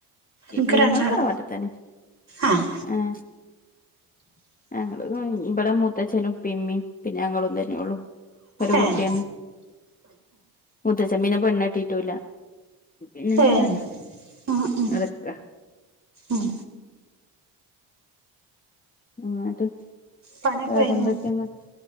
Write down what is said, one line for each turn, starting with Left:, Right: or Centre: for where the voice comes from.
Right: നിക്ക്
Left: ഞങ്ങൾ
Right: രണ്ടാള്
Left: തറവാട്ടിതെന്നെ
Right: ആഹ്
Left: ഏഹ് ഞങ്ങള് ഇവിടെ മുത്തേച്ഛനും ഇപ്പും ഇമ്മീം പിന്നെ ഞങ്ങളും തന്നെ ഉള്ളു ഒരു കുട്ടിയാണ്
Right: ഏഹ്
Left: മുത്തേച്ചൻ പിന്നെ പെണ്ണ് കെട്ടീട്ടൂല്ലാ പിന്നെ അങ്ങനെ
Right: ഏഹ് ഉം ഉം
Left: നടക്കാ
Right: ഉം
Left: ഉം എന്നിട്ട്
Right: പണിയൊക്കെ
Left: വേറെന്തൊക്കേണ്
Right: കഴിഞ്ഞോ